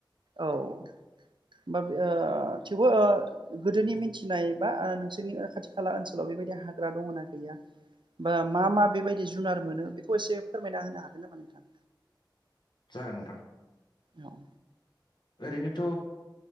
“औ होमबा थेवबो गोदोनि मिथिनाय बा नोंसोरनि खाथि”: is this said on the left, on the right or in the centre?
Right